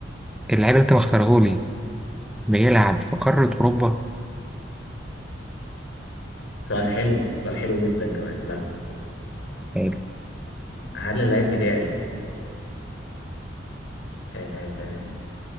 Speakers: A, in the centre; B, on the left.
A: اللعيب اللي انت مختاره لي بيلعب في قاره اوروبا
B: سؤال حلو سؤال حلو جدا كمان لا
A: حلو.
B: هل اللعيب بتاعي آه